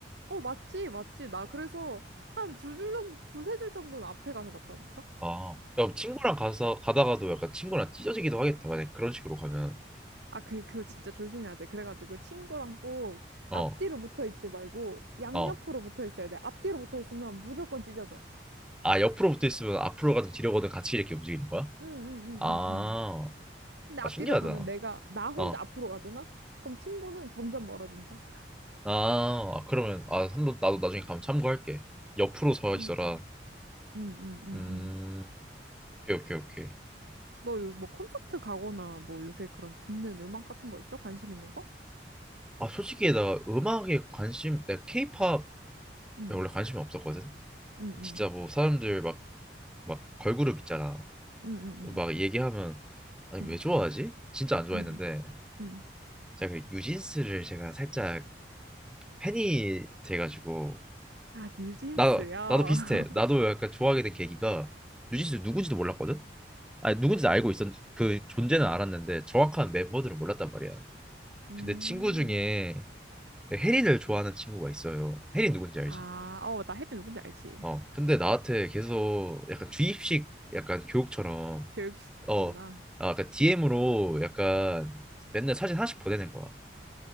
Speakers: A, on the right; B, in the centre.
A: 어, 맞지, 맞지. 나 그래서 한 두 줄 정도, 두세 줄 정도는 앞에 가서 봤다니까?
B: 아, 야, 친구랑 가서 가다가도 약간 친구랑 찢어지기도 하겠다. 만약 그런 식으로 가면.
A: 아, 그, 그거 진짜 조심해야 돼. 그래가지고 친구랑 꼭
B: 어,
A: 앞뒤로 붙어 있지 말고 양옆으로
B: 어.
A: 붙어 있어야 돼. 앞뒤로 붙어 있으면 무조건 찢어져.
B: 아, 옆으로 붙어 있으면 앞으로 가든 뒤로 가든 같이 이렇게 움직이는 거야?
A: 응, 응, 응,
B: 아,
A: 응, 응. 근데
B: 아
A: 앞뒤로
B: 신기하다.
A: 가면 내가, 나 혼자
B: 어.
A: 앞으로 가잖아? 그럼 친구는 점점 멀어진다.
B: 아, 아, 그러면 아 한번 나도 나중에 가면 참고할게. 옆으로 서
A: 그러니까.
B: 있어라.
A: 응, 응, 응,
B: 음,
A: 응.
B: 오케이 오케이 오케이.
A: 너 요 뭐 콘서트 가거나 뭐 요새 그런 듣는 음악 같은 거 있어? 관심 있는 거?
B: 아 솔직히 나 음악에 관심, 내가 케이팝에
A: 응,
B: 원래 관심이 없었거든.
A: 응, 응,
B: 진짜 뭐 사람들 막 막 걸그룹 있잖아.
A: 응, 응, 응,
B: 막 얘기하면 아니
A: 응,
B: 왜 좋아하지? 진짜 안 좋아했는데
A: 응. 응.
B: 제가 그 유진스를 제가 살짝 팬이 돼가지고
A: 아, 뉴진스요?
B: 나 나도 비슷해.
A: <laughs>
B: 나도 약간 좋아하게 된 계기가 유진스 누군지도 몰랐거든. 아니 누군지 알고 있었 그 존재는 알았는데 정확한 멤버들은 몰랐단 말이야.
A: 음.
B: 근데 친구 중에 혜린을 좋아하는 친구가 있어요. 혜린 누군지 알지?
A: 아, 어, 나 혜리 누군지 알지?
B: 어. 근데 나한테 계속 약간 주입식 약간 교육처럼
A: 교육시키구나.
B: 어, 아, 약간 DM으로 약간 맨날 사진 하나씩 보내는 거야.